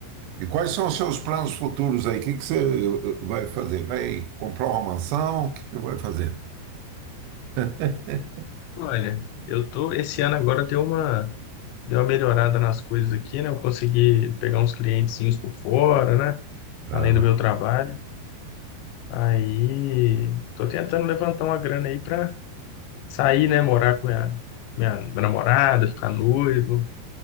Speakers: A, on the right (about 80°); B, on the left (about 85°).
A: E quais são os seus planos futuros aí? O que que você eh, vai fazer? Vai comprar uma mansão? O que que vai fazer? <laughs>
B: Olha, eu tô esse ano agora deu uma deu uma melhorada nas coisas aqui, né? Eu consegui pegar uns clientezinhos por fora, né?
A: Aham.
B: Além do meu trabalho. Aí tô tentando levantar uma grana aí para sair, né? Morar com minha, minha namorada, ficar noivo,